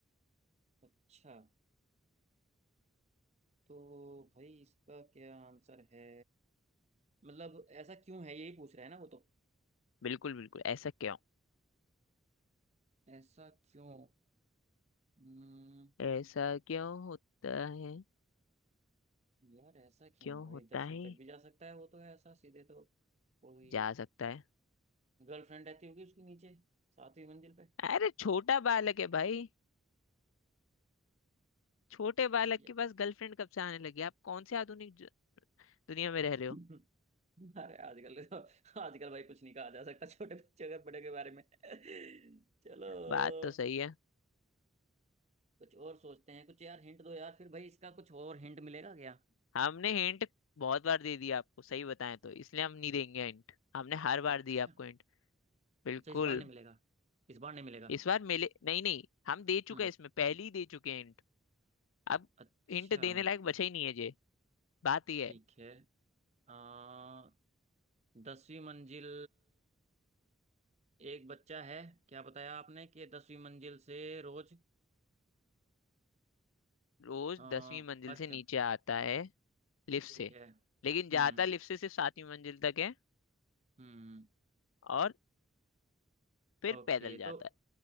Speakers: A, on the right; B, on the left.
A: अच्छा तो भाई इसका क्या आंसर है मतलब ऐसा क्यों है यही पूछ रहा है ना वो तो
B: बिल्कुल बिल्कुल ऐसा क्यों
A: ऐसा क्यों हम्म,
B: ऐसा क्यों होता है
A: यार ऐसा क्यों
B: क्यों
A: है भाई
B: होता
A: दसवीं
B: है
A: तक भी जा सकता है वो तो है ऐसा सीधे तो कोई
B: जा सकता है
A: गर्लफ्रेंड रहती होगी उसके नीचे सातवीं मंजिल पे
B: अरे छोटा बालक है भाई छोटे बालक
A: ये
B: के पास गर्लफ्रेंड कब से आने लगी आप कौन से आधुनिक ज- दुनिया में रह रहे हो
A: हम्म। <laughs> अरे आजकल तो आजकल भाई कुछ नहीं कहा जा सकता छोटे बच्चे अगर बड़े के बारे में <laughs> चलो
B: बात तो सही है
A: कुछ और सोचते हैं कुछ यार हिंट दो यार फिर भाई इसका कुछ और हिंट मिलेगा क्या
B: हमने हिंट बहुत बार दे दिया आपको सही बताएं तो इसलिए हम नहीं देंगे हिंट हमने हर बार
A: अच्छा
B: दिया आपको हिंट बिल्कुल
A: अच्छा इस बार नहीं मिलेगा इस बार नहीं मिलेगा
B: इस बार मिले नहीं नहीं हम दे चुके
A: हम्म
B: हैं इसमें पहले ही दे चुके हैं हिंट अब
A: अच्छा
B: हिंट देने लायक बचा ही नहीं है बात यह
A: ठीक
B: है
A: है आ, दसवीं मंजिल एक बच्चा है क्या बताया आपने कि दसवीं मंजिल से रोज
B: रोज
A: आ,
B: दसवीं मंजिल
A: अच्छा
B: से नीचे आता है लिफ्ट
A: ठीक
B: से
A: है हम्म
B: लेकिन जाता लिफ्ट से सिर्फ सातवीं मंजिल तक है
A: हम्म
B: और फिर
A: ओके
B: पैदल जाता
A: तो
B: है